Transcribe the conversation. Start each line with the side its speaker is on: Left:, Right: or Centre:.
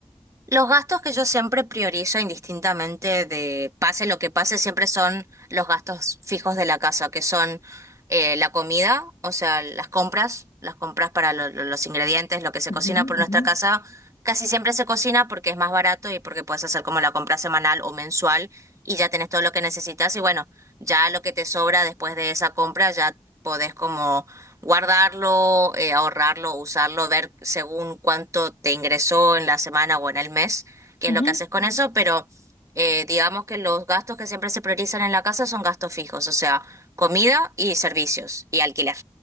Right: Los gastos que yo siempre priorizo indistintamente de pase lo que pase, siempre son los gastos fijos de la casa, que son eh, la comida, o sea, las compras, las compras para lo- lo- los ingredientes, lo que se
Left: Ujú,
Right: cocina por nuestra
Left: ujú,
Right: casa, casi siempre se cocina porque es más barato y porque puedes hacer como la compra semanal o mensual y ya tenés todo lo que necesitas y bueno, ya lo que te sobra después de esa compra ya podés como guardarlo, eh, ahorrarlo, usarlo, ver según cuánto te ingresó en la semana o en el mes, qué
Left: ujú,
Right: es lo que haces con eso, pero eh, digamos que los gastos que siempre se priorizan en la casa son gastos fijos, o sea, comida y servicios y alquiler.